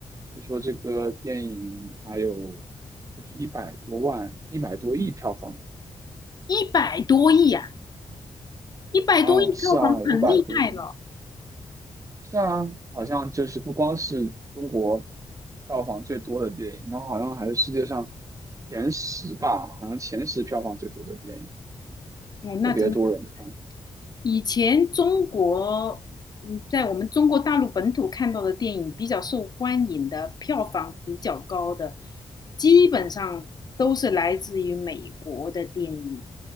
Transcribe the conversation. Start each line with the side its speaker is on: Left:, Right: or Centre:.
Right: 据说这个电影还有就是一百多万、一百多亿票房
Left: 一百多亿啊，一百多亿票房很厉害了，
Right: 啊，是啊，一百多亿，是啊，好像就是不光是中国票房最多的电影，然后好像还是世界上前十吧，好像前十票房最多的电影，
Left: 哦，那真的很
Right: 特别多人看。
Left: 以前中国，嗯，在我们中国大陆本土看到的电影比较受欢迎的，票房比较高的，基本上都是来自于美国的电影，